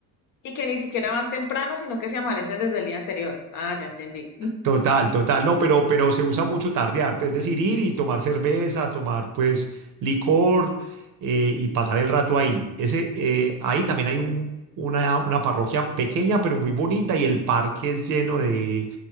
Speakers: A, on the left; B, on the right.
A: y que ni siquiera van temprano, sino que se amanecen desde el día anterior. Ah, ya entendí.
B: Total, total. No, pero, pero se usa mucho tardear, pues, es decir, ir y tomar cerveza, tomar pues licor eh, y pasar el rato ahí. Ese, eh, ahí también hay un- una, una parroquia pequeña, pero muy bonita y el parque es lleno de,